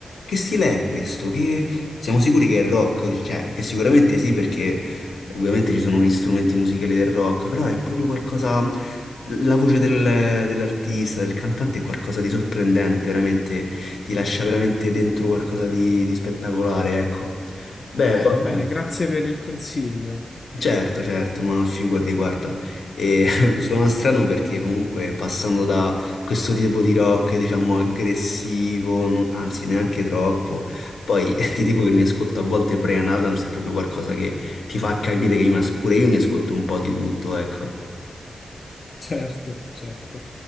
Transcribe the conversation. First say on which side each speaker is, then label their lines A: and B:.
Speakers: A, on the left; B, on the left.
A: che stile è questo? Che... Siamo sicuri che è rock, cioè che sicuramente sì perché Ovviamente ci sono gli strumenti musicali del rock, però è proprio qualcosa. La voce del- dell'artista, del cantante è qualcosa di sorprendente, veramente ti lascia veramente dentro qualcosa di, di spettacolare, ecco. Beh,
B: Va bene,
A: poi.
B: bene, grazie per il consiglio.
A: Certo, certo, ma figurati, guarda, e, <laughs> suona strano perché comunque passando da questo tipo di rock, diciamo, aggressivo, non- anzi neanche troppo, poi <laughs> ti dico che mi ascolto a volte Brian Adams, è proprio qualcosa che ti fa capire che io mi as- pure io mi ascolto un po' di tutto, ecco.
B: Certo, certo.